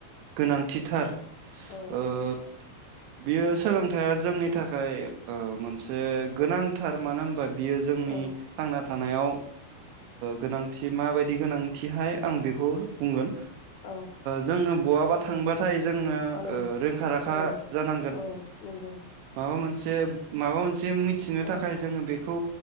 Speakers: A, on the right (about 80°); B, on the left (about 85°).
A: गोनांथिथार
B: औ
A: ओ बियो सोलोंथाइया जोंनि थाखाय मोनसे गोनांथार मानो होनबा बियो जोंनि
B: औ
A: थांना थानायाव गोनां थि माबायदि गोनांथिहाय आं बेखौ बुंगोन
B: औ
A: जोङो बहाबा थांबा नाथाय जोंनो
B: औ
A: रोंखा राखा
B: औ
A: जानांगोन
B: औ नंगौ
A: माबा मोनसे माबा मोनसे जे मिथिनो थाखाय
B: औ
A: जोङो बेखौ